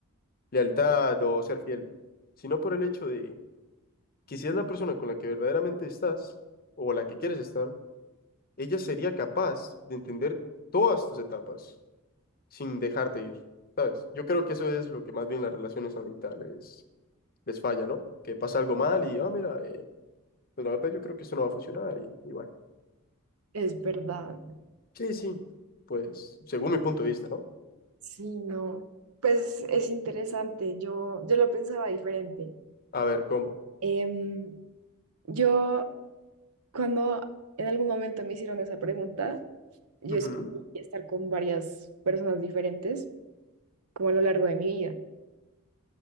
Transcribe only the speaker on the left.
lealtad o ser fiel, sino por el hecho de que si es la persona con la que verdaderamente estás o la que quieres estar, ella sería capaz de entender todas tus etapas sin dejarte ir, ¿sabes? Yo creo que eso es lo que más bien las relaciones ahorita les, les falla, ¿no? Que pasa algo mal y, ah, mira, eh, pues la verdad yo creo que esto no va a funcionar y, y bueno.
Sí, sí, pues según mi punto de vista, ¿no?
A ver, ¿cómo?
Ujú.